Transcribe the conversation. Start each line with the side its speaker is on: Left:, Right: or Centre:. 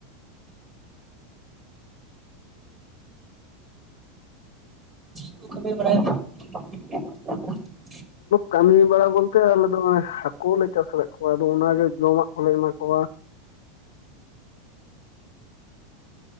Right: ᱠᱩ <unintelligible> <inaudible>
Left: ᱠᱟᱹᱢᱤ ᱵᱟᱲᱟ ᱵᱚᱞᱛᱮ ᱟᱞᱮ ᱫᱚ ᱦᱚᱜᱼᱚᱭ ᱦᱟᱹᱠᱩ ᱞᱮ ᱪᱟᱥ ᱟᱠᱟᱫ ᱠᱚᱣᱟ ᱟᱫᱚ ᱚᱱᱟᱜᱮ ᱡᱚᱢᱟᱜ ᱠᱚᱞᱮ ᱮᱢᱟ ᱠᱚᱣᱟ ᱾